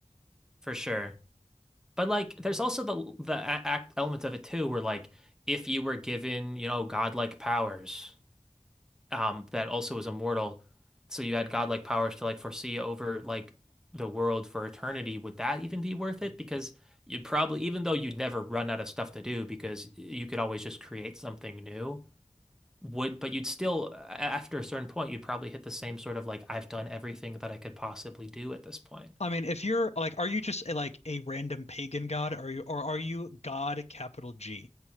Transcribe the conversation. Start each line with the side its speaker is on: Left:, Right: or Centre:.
Centre: for sure. But like there's also the the a- act element of it too, where like if you were given, you know, godlike powers. um, that also was immortal. So you had godlike powers to like foresee over like the world for eternity. Would that even be worth it? Because you'd probably, even though you'd never run out of stuff to do, because you could always just create something new. Would, but you'd still, after a certain point, you'd probably hit the same sort of like, I've done everything that I could possibly do at this point.
Left: I mean, if you're like, are you just like a random pagan god, or you, or are you God capital G?